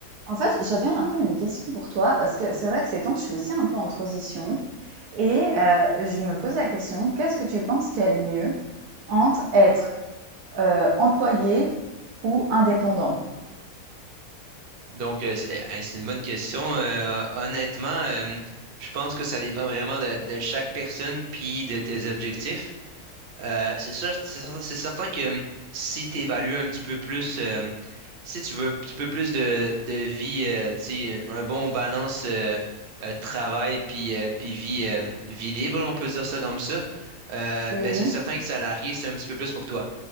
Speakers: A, on the right; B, on the right.
A: En fait, j'avais un peu une question pour toi parce que c'est vrai que ces temps, je suis aussi un peu en transition et heu, je me pose la question, qu'est-ce que tu penses qu'il y a le mieux entre être, heu, employé ou indépendant?
B: Donc, euh, c'est euh, c'est une bonne question. Euh, honnêtement, euh, je pense que ça dépend vraiment de, de chaque personne puis de tes objectifs. Euh, c'est sûr, c'est cer- c'est certain que euh, si tu évalues un petit peu plus, euh, si tu veux un petit peu plus de, de vie, euh, tu sais, un bon balance euh, euh, travail puis, euh, puis vie, euh, vie libre, on peut dire ça comme ça, euh,
A: Mmh
B: ben c'est
A: mh.
B: certain que salarié, c'est un petit peu plus pour toi.